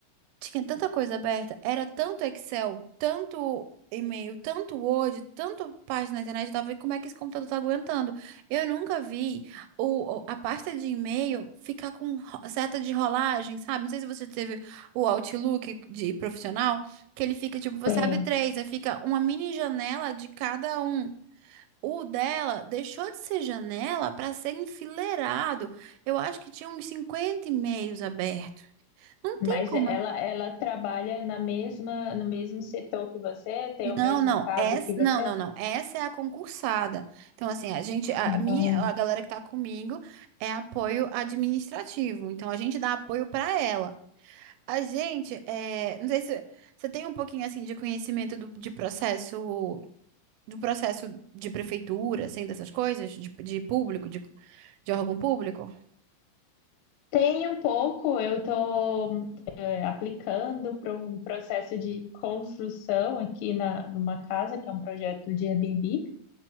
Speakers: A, on the right; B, on the left.
A: tinha tanta coisa aberta, era tanto Excel, tanto e-mail, tanto Word, tanto página na internet, eu tava vendo como é que esse computador tá aguentando. Eu nunca vi o, o- a pasta de e-mail ficar com ro- seta de rolagem, sabe? Não sei se você teve o Outlook de profissional, que ele fica, tipo, você
B: Sim.
A: abre três, aí fica uma mini janela de cada um. O dela deixou de ser janela para ser enfileirado. Eu acho que tinha uns 50 e-mails abertos. Não
B: Mas
A: tem como
B: ela,
A: ela.
B: ela trabalha na mesma, no mesmo setor que você, tem o mesmo
A: Não, não,
B: cargo
A: essa,
B: que você?
A: não, não, não. Essa é a concursada. Então, assim, a gente, a
B: Ah,
A: minha, a galera que tá comigo é apoio administrativo. Então, a gente dá apoio para ela. A gente, é, não sei se você tem um pouquinho assim de conhecimento do, de processo, do processo de prefeitura, assim, dessas coisas, de, de público, de, de órgão público.
B: Tem um pouco, eu estou aplicando para um processo de construção aqui na, numa casa, que é um projeto de Airbnb,